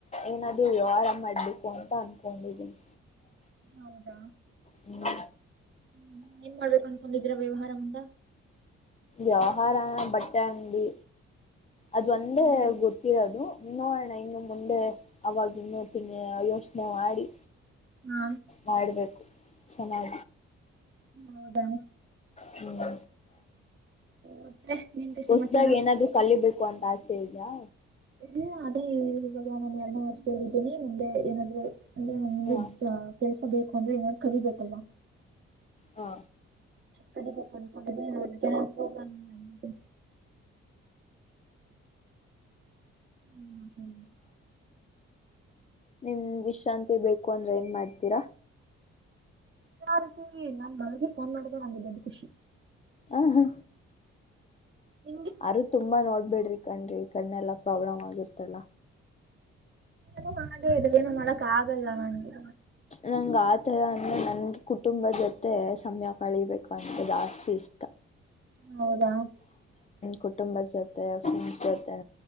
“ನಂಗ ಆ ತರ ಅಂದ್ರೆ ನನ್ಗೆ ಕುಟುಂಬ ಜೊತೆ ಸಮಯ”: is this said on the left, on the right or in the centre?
Left